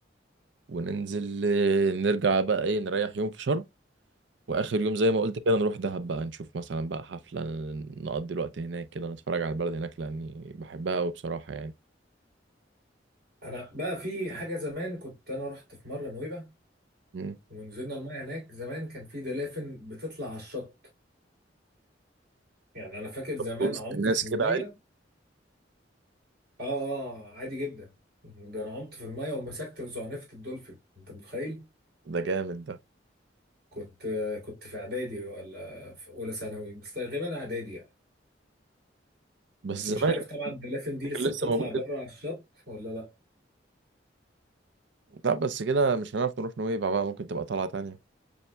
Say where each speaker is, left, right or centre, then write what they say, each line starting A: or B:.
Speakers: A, on the right; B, on the right.
A: وننزل آه، نرجع بقى ايه نريح يوم في شرم واخر يوم زي ما قلت كده نروح دهب بقى نشوف مثلا بقى حفلة نقضي الوقت هناك كده نتفرج على البلد هناك لاني بحبها قوي بصراحة يعني
B: انا بقى في حاجه زمان كنت انا رحت في مره نويبع
A: مم.
B: ونزلنا المايه هناك زمان كان في دلافن بتطلع على الشط يعني انا فاكر زمان
A: وسط
B: عمت
A: الناس
B: في
A: كده
B: المايه
A: عادي
B: اه اه عادي جدا ده انا عمت في المايه ومسكت وزعنفت الدولفين انت متخيل
A: ده جامد ده
B: كنت كنت في اعدادي ولا في اولى ثانوي بس غالبا اعدادي يعني
A: بس
B: بس
A: زمان
B: مش عارف طبعا الدلافين دي لسه
A: كان لسه
B: بتطلع
A: موجود
B: بره على الشط ولا لا
A: لا بس كده مش هنعرف نروح نويبع بقى ممكن تبقى طلعة تانية